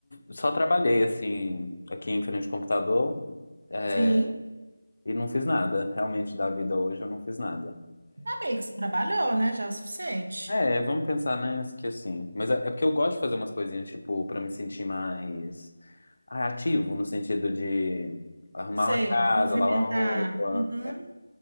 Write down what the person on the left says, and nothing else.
só trabalhei, assim, aqui em frente ao computador é,
e não fiz nada. Realmente, da vida hoje eu não fiz nada.
É, vamos pensar, né, que assim. Mas é, é porque eu gosto de fazer umas coisinhas, tipo, pra me sentir mais ah, ativo, no sentido de arrumar
uma casa,
lavar uma roupa.